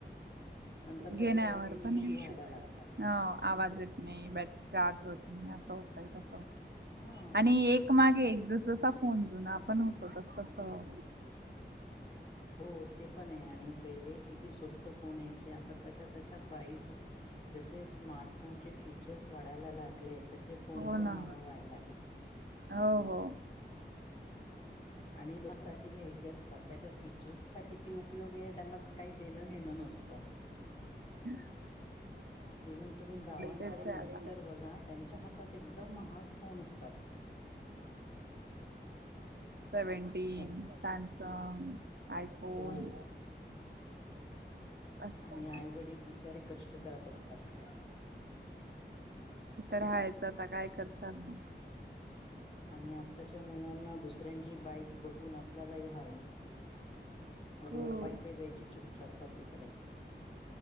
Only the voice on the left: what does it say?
नंतर त्याचे,
काहीतरी
इश्यू
व्हायला लागतात.
हा
हो ते पणे. आणि पहिले किती स्वस्त फोन यायचे. आता तशा तशा प्राईज. जसे स्मार्टफोनचे फीचर्स वाढायला लागले. तसे फोन
पण
महाग व्हायला लागले.
आणि <unintelligible> घ्यायचे असतात त्याच्या फीचर्सचा किती उपयोग आहे. त्यांना काही देणं घेणं नसतं. त.
इव्हन तुम्ही गावांकडे
यंगस्टर
बघा. त्यांच्या हातात. एकदम महाग फोन असतात.
अस
हो
आणि आईवडील बिचारे कष्ट करत असतात.
आणि आत्ताच्या मुलांना, दुसऱ्यांची बाईक बघून. आपल्याला ही हवी. अगोदर
पाई पाई जायची. चुपचाप सर्वीकडे.